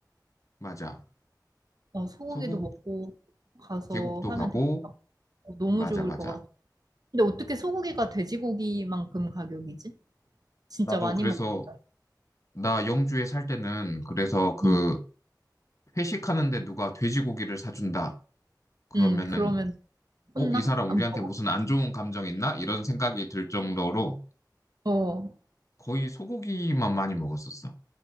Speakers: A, on the left; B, on the right.
A: 맞아.
B: 어, 소고기도
A: 소곡
B: 먹고 가서
A: 계곡도
B: 하면
A: 가고
B: 되겠다. 어, 너무
A: 맞아
B: 좋을
A: 맞아.
B: 것 같아. 근데 어떻게 소고기가 돼지고기만큼 가격이지? 진짜
A: 나도
B: 많이
A: 그래서
B: 먹고. 가요.
A: 나 영주에 살 때는 그래서 그
B: 응,
A: 회식하는데 누가 돼지고기를 사준다. 그러면은
B: 응, 그러면
A: 어,
B: 혼나?
A: 이 사람
B: 안
A: 우리한테
B: 먹어?
A: 무슨 안 좋은 감정 있나? 이런 생각이 들 정도로
B: 어,
A: 거의 소고기만 많이 먹었었어.